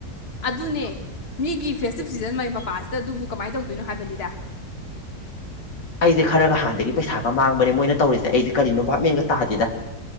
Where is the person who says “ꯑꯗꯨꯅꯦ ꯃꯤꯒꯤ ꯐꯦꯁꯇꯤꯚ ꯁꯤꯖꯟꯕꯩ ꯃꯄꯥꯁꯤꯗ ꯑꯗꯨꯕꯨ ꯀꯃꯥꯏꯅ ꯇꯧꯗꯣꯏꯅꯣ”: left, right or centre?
Left